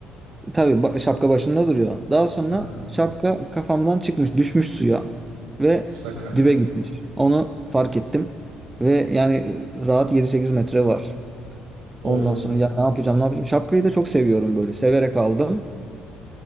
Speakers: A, on the right; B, on the right.
A: E, Tabii ba- şapka başımda duruyor. Daha sonra
B: Hı hı.
A: şapka kafamdan çıkmış, düşmüş suya ve
B: Şaka.
A: dibe gitmiş. Onu fark ettim ve yani e, rahat yedi sekiz metre var.
B: Of.
A: Ondan sonra ya ne yapacağım, ne yapacağım? Şapkayı da çok seviyorum böyle. Severek aldım.